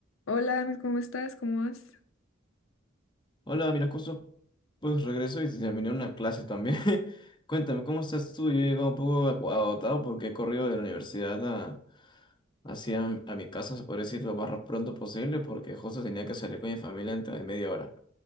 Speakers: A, on the left; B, on the left.
A: Hola, Amit, ¿cómo estás? ¿Cómo vas?
B: Hola, mira, justo pues regreso y terminé una clase también. <laughs> Cuéntame, ¿cómo estás tú? Yo he llegado un poco acu- agotado porque he corrido de la universidad a, hacia a mi casa, se puede decir, lo más pronto posible porque justo tenía que salir con mi familia dentro de media hora.